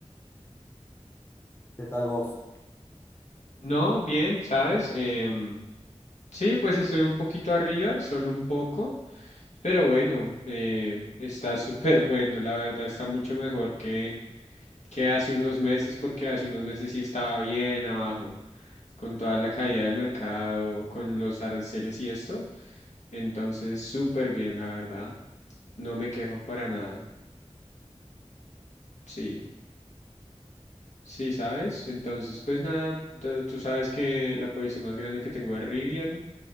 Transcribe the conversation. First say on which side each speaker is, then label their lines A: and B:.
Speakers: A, on the left (about 20°); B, on the left (about 85°).
A: ¿Qué tal vos?
B: No, bien, ¿sabes? Em, sí, pues estoy un poquito arriba, solo un poco, pero bueno, eh, está <laughs> súper bueno, la verdad, está mucho mejor que, que hace unos meses, porque hace unos meses sí estaba bien abajo, con toda la caída del mercado, con los aranceles y esto. Entonces, súper bien, la verdad, no me quejo para nada. Sí, sí, ¿sabes? Entonces, pues nada, tú tú sabes que la posición más grande que tengo es Rivian.